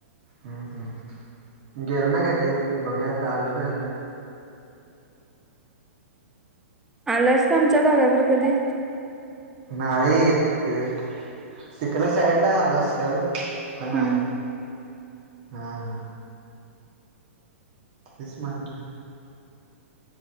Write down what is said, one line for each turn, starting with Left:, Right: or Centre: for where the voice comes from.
Right: ह हं, गेली नाही कधी, बघूया आता आलो तर आलो.
Centre: आलायस का आमच्या भागाकड कधी?
Right: नाही ते तिकड साईडला आलो असल पण
Centre: हम्म
Right: नाही. हा हा. तेच म्हणल.